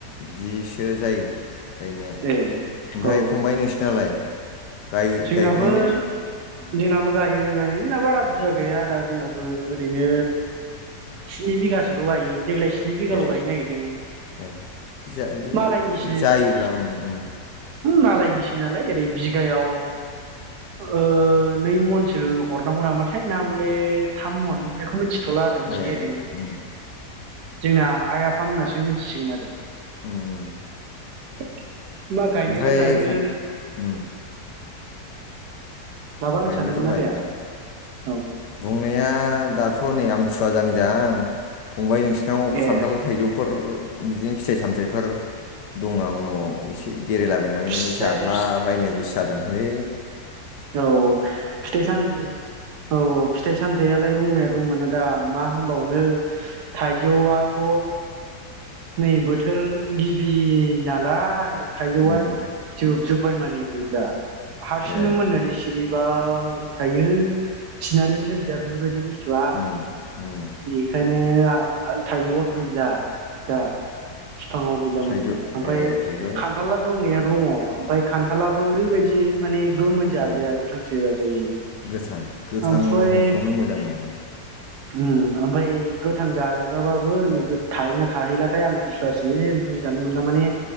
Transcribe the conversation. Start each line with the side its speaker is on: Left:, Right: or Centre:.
Left: बिदिसो जायो। गायनाया ओमफ्राय
Right: ए औ
Left: फंबाय नोंसिनालाय? गाय
Right: जोंनाबो
Left: गायखायो ने?
Right: जोंनाबो गायो गायनाय जोंनाबो बारा बुरजा गाया आदा जोंनाबो ओरैनो स्नि बिगासोल' गायो। देग्लाय स्नि बिगाल'
Left: ए
Right: गायनो नागिरदों।
Left: ए जा बे
Right: मालायनिसो
Left: जायोब्ला उम उम उम
Right: मालायनिसो नालाय ओरै बि गायाव ओ नै मनसो हरनांगौ नामाथाय ना बले थाम मन बेखौ मिथि थला आरो माने
Left: ए
Right: ओरै
Left: उम
Right: जोंना आइ आफामोनासो मिथिसिगोन आरो।
Left: उम उम।
Right: <inaudible> मा गायनायालाय
Left: ओमफ्राय
Right: गायो।
Left: फं उम
Right: माबा होनो
Left: गायनायाथ'
Right: सानदोंमोन
Left: गायो
Right: आदाया
Left: ओं
Right: औ
Left: बुंनाया दाथ' थ' नै आमथि सुवा जाहां जाहां फंबाय नोंसिनाव खान्थाल
Right: ए
Left: थाइजौफोर बिदिनो फिथाइ सामथाइफोर दं नामा न'आव इसे बेरायलाबायनानै
Right: फिथाइ
Left: जाद्लाबायनो गोसो जादों। हे
Right: औ औ फिथाइ साम औ औ फिथाइ सामनथाइआलाय दंनाया दंमोन दा मा होनबावनो थाइजौआथ' नै बोथोर गिबि नालाय थाइजौआ
Left: उम
Right: जोबजोबबाय माने। गैला। हारसिंनो
Left: ए।
Right: मोननानै सिरिबाय थायो। थिनानैबो दोनजाया बेफोरबायदि बुस्थुआ
Left: उम उम
Right: बेखायनो माने थाइजौआ गैला दा फिफाङाव गैला
Left: थाइजौ
Right: माने ओमफाय
Left: ए थाइजौ
Right: खान्थाला दंनाया दङ ओमफ्राय खान्थालाबो ओरैबायदि माने गोमोन जाया
Left: उम
Right: गोथांसो जाजायो
Left: गोथां गोथांखौनो
Right: ओमफ्राय
Left: मोजां मोनो आं
Right: ओम ओमफ्राय गोथां जाजाग्राबाबो नै गो थाहैगोन ना थाहैलाथाय आमथिसुवासिम बुजिनानो मोनला माने